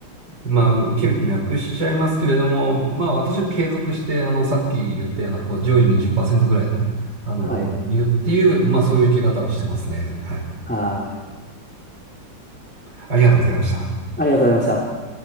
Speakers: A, on the right (about 70°); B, in the centre.
A: まあ、受ける気なくしちゃいますけれども、まあ、私は継続して、あの、さっき言ったような、こう、上位20%ぐらいの、あの、
B: はい。
A: を見るっていう、まあ、そういう受け方をしてますね。はい。
B: はい。
A: ありがとうございました。
B: ありがとうございました。